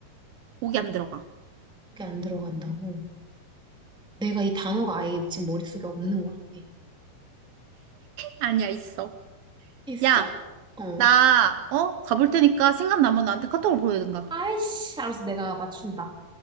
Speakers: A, on the right; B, in the centre.
A: 고기 안 들어가.
B: 고기 안 들어간다고. 내가 이 단어가 아예 지금 머릿속에 없는 것 같아.
A: 아니야, 있어.
B: 있어?
A: 야,
B: 어.
A: 나, 어? 가볼 테니까 생각나면 나한테 카톡으로 보내든가.
B: 아이씨, 알았어. 내가 맞춘다.